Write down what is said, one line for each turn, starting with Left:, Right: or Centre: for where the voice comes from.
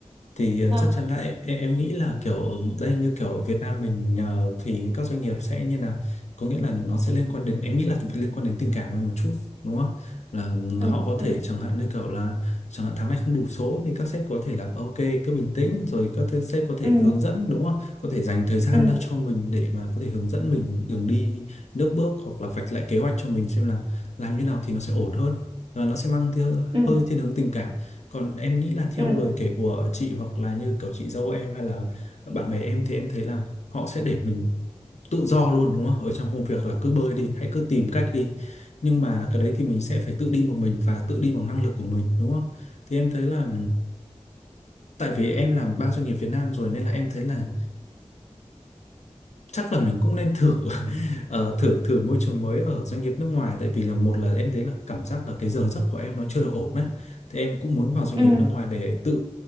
Left: thì
Right: đúng
Left: ờ,
Right: không
Left: chắc chắn là em, em nghĩ là kiểu ở đây như kiểu ở Việt Nam mình ờ, thì các doanh nghiệp sẽ như là có nghĩa là nó sẽ liên quan đến em nghĩ là liên quan đến tình cảm hơn một chút đúng không là
Right: ừ
Left: họ có
Right: ừ
Left: thể chẳng hạn như kiểu là chẳng hạn tháng này không đủ số thì các sếp có thể là ok cứ bình tĩnh rồi các thế- sếp có thể
Right: ừ
Left: hướng dẫn đúng không có thể dành thời gian
Right: ừ
Left: ra cho mình để mà có thể hướng dẫn mình đường đi nước bước hoặc là vạch lại kế hoạch cho mình xem là làm như nào thì nó sẽ ổn hơn và nó sẽ mang tia,
Right: ừ
Left: hơi thiên hướng tình cảm còn em nghĩ là
Right: ừ
Left: theo lời kể của chị hoặc là như kiểu chị dâu em hay là bạn bè em thì em thấy là họ sẽ để mình tự do luôn đúng không? Ở trong công việc là cứ bơi đi, hãy cứ tìm cách đi. Nhưng mà cái đấy thì mình sẽ phải tự đi một mình và tự đi bằng năng lực của mình đúng không? Thì em thấy là tại vì em làm ba doanh nghiệp Việt Nam rồi nên là em thấy là chắc là mình cũng nên thử <laughs> ờ, thử thử môi trường mới ở doanh nghiệp nước ngoài tại vì là một là em thấy là cảm giác là cái giờ giấc của em nó chưa được ổn đấy thì em cũng muốn vào doanh
Right: ừ
Left: nghiệp nước ngoài để tự